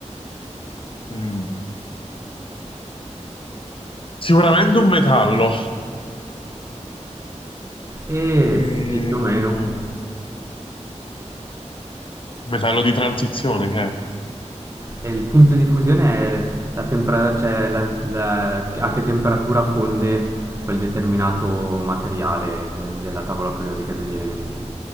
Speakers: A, on the left; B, on the right.
A: Mm, Sicuramente un metallo.
B: Eh
A: Eh,
B: sì, più o meno.
A: metallo di transizione che
B: E il punto di fusione è la temperatura, cioè la- la- a che temperatura fonde quel determinato materiale de- della tavola periodica degli elementi.